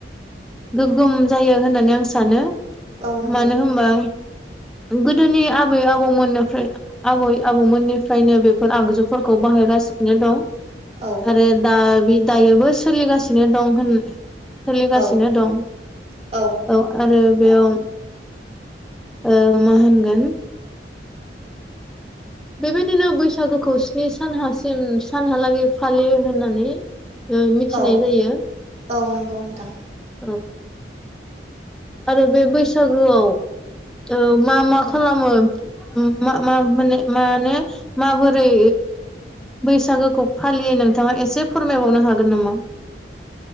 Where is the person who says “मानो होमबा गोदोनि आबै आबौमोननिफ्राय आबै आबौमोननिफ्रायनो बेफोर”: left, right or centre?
Centre